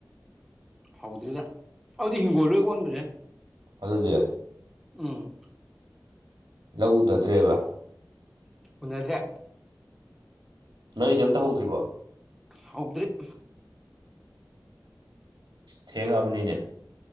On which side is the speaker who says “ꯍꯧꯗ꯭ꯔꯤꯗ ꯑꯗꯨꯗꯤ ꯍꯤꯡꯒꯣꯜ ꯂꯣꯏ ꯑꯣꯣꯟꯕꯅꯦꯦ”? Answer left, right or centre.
Centre